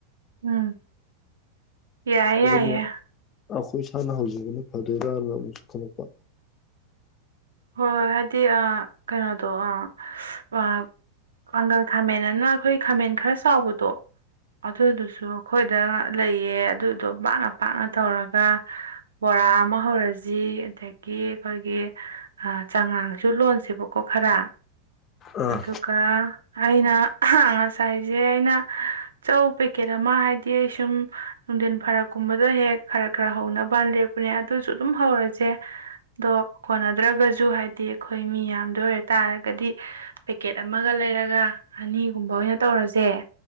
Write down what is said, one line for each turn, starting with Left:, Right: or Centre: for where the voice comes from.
Right: ꯎꯝ ꯌꯥꯢ
Left: ꯑꯗꯨꯅ
Right: ꯌꯥꯏ ꯌꯦ
Left: ꯑꯩꯈꯣꯏ ꯏꯁꯥꯅ ꯍꯧꯖꯦꯡꯕꯅ ꯐꯗꯣꯏꯔꯥꯅ ꯑꯃꯨꯛꯁꯨ ꯈꯜꯂꯛꯄ
Right: ꯍꯣꯏ ꯍꯥꯏꯗꯤ ꯑꯥ ꯀꯩꯌꯗꯣ ꯑꯥ ꯋꯥꯞ ꯄꯥꯡꯒꯜ ꯈꯥꯃꯦꯟ ꯑꯅ ꯑꯩꯈꯣꯏ ꯈꯥꯃꯦꯟ ꯈꯔ ꯆꯥꯎꯕꯗꯣ ꯑꯗꯨꯗꯨꯁꯨ ꯑꯩꯈꯣꯏꯗ ꯂꯩꯌꯦ ꯑꯗꯨꯗꯣ ꯄꯥꯛꯅ ꯄꯥꯛꯅ ꯇꯧꯔꯒ ꯕꯣꯔꯥ ꯑꯃ ꯍꯧꯔꯁꯤ ꯖꯤ ꯑꯗꯒꯤ ꯑꯩꯈꯣꯏꯒꯤ ꯑꯥ ꯆꯥꯉꯥꯡꯁꯨ ꯂꯣꯟꯁꯦꯕ ꯀꯣ ꯈꯔ
Left: ꯑꯥ
Right: ꯑꯗꯨꯒ ꯑꯩꯅ ꯉꯁꯥꯏꯁꯦ ꯑꯩꯅ ꯆꯧ ꯄꯦꯛꯀꯦꯠ ꯑꯃ ꯍꯥꯏꯗꯤ ꯑꯩ ꯁꯨꯝ ꯅꯨꯡꯊꯤꯟ ꯐꯔꯛꯀꯨꯝꯕꯗ ꯍꯦꯛ ꯈꯔ ꯈꯔ ꯍꯧꯅꯕ ꯂꯦꯛꯞꯄꯅꯦ ꯑꯗꯨꯁꯨ ꯑꯗꯨꯝ ꯍꯧꯔꯁꯦ ꯑꯗꯣ ꯀꯣꯟꯅ ꯗ꯭ꯔꯒꯁꯨ ꯍꯥꯏꯗꯤ ꯑꯩꯈꯣꯏ ꯃꯤ ꯌꯥꯝꯗ ꯑꯣꯏꯔ ꯇꯥꯔꯒꯗꯤ ꯄꯦꯀꯦꯠ ꯑꯃꯒ ꯂꯩꯔꯒ ꯑꯅꯤꯒꯨꯝꯕ ꯑꯣꯏꯅ ꯇꯧꯔꯁꯦ